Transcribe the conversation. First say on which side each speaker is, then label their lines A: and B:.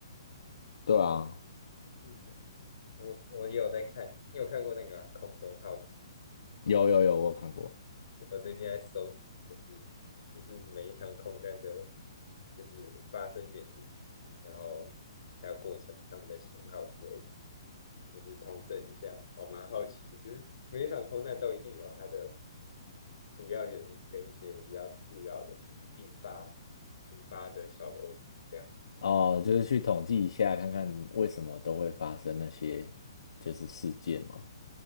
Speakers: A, on the left (about 80°); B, on the left (about 60°).
A: 对啊，
B: 然后，嗯，我我也有在看，你有看过那个啊空中浩劫》？
A: 有有有，我有看过
B: 我最近在收集，就是就是每一场空难的，就是发生原因，然后还有过程，他们的型号之类的，就是通整一下。我蛮好奇的，就是每一场空难都一定有它的主要原因跟一些比较次要的，就是引发引发的小螺丝这样。
A: 哦，就是去统计一下，看看为什么都会发生那些就是事件嘛。